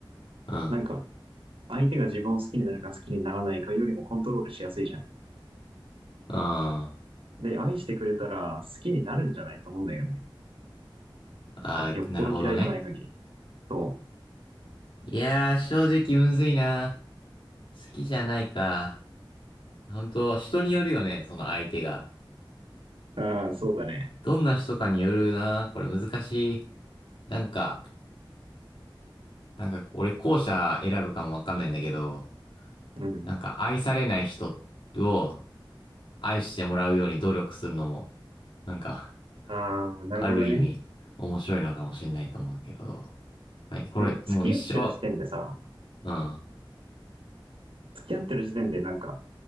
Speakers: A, on the left; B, on the right.
A: あ、
B: なんか、相手が自分を好きになるか好きにならないかよりもコントロールしやすいじゃん。
A: うん。うん。あ
B: で、愛してくれたら好きになるんじゃないと思うんだよね。
A: あ、
B: なんか、よっぽど嫌いじゃない限り。
A: なるほどね。
B: そ
A: いやー、正直むずいな。好きじゃないか。本当人によるよね、その相手が。
B: う。ああ、そうだね。
A: どんな人かによるな。これ難しい。なんか、なんか、俺後者選ぶかもわかんないんだけど、
B: うん。
A: なんか愛されない人を愛してもらうように努力するのも、なんか、
B: ああ、なるほどね。
A: ある意味面白いのかもしれないと思うけど、はい、これもう一生、
B: まあ、でも付き合ってる時点でさ、
A: うん。
B: 付き合ってる時点でなんか、